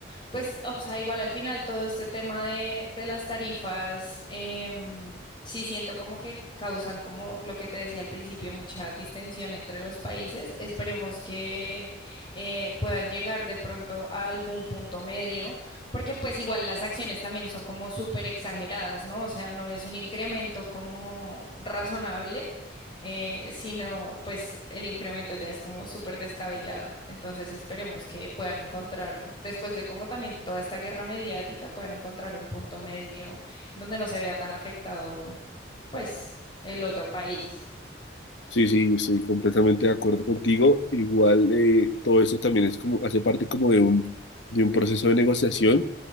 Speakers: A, on the left (about 25°); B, on the left (about 75°).
A: Pues, o sea, igual al final todo este tema de, de las tarifas, em, sí siento como que causan, como lo que te decía al principio, mucha distensión entre los países. Esperemos que eh, puedan llegar de pronto a algún punto medio, porque pues igual las acciones también son como súper exageradas, ¿no? O sea, no es un incremento como razonable eh, sino pues el incremento ya es como súper descabellado. Entonces esperemos que puedan encontrar, después de como también toda esta guerra mediática, puedan encontrar un punto medio donde no se vea tan afectado, pues, el otro país.
B: Sí, sí, estoy completamente de acuerdo contigo. Igual eh, todo eso también es como, hace parte como de un, de un proceso de negociación